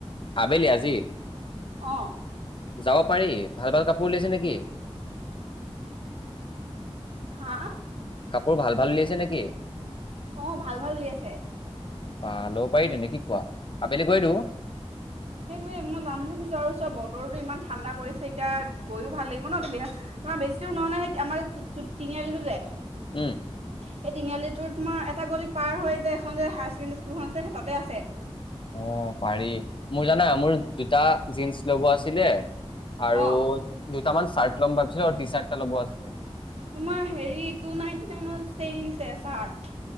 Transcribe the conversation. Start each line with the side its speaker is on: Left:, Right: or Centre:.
Left: আবেলি আজি।
Right: অ
Left: যাব পাৰি ভাল ভাল কাপোৰ উলিয়াইছে নেকি
Right: হা।
Left: কাপোৰ ভাল ভাল উলিয়াইছে নেকি?
Right: অ ভাল ভাল উলিয়াচে
Left: বা ল'ব পাৰি তেনে কি কোৱা আবেলি গৈ দিও।
Right: সেইটোৱে মই যাম বুলি ভাবিছো আৰু চোৱা বতৰো ইমান ঠাণ্ডা কৰিছে এতিয়া গৈও ভাল লাগিব ন তোমাৰ বেছি দূৰ নহয় নয় সেই আমাৰ টি তিনিআলিটো যে,
Left: উম
Right: সেই তিনিআলিটোৰ তোমাৰ এটা গলি পাৰ হয় যে এখন যে হায়াৰ ছেকেডাৰী স্কুলখন আছে, সেই তাতে আছে।
Left: অ পাৰি মোৰ জানা মোৰ দুটা জীনছ লব আছিলে। আৰু
Right: অ
Left: দুটামান চাৰ্ট ল'ম ভাবিছো আৰু টি চাৰ্ট ল'ব আছিলে।
Right: তোমাৰ হেৰি টু নাইনটি নাইন চেইল দিছে চাৰ্ট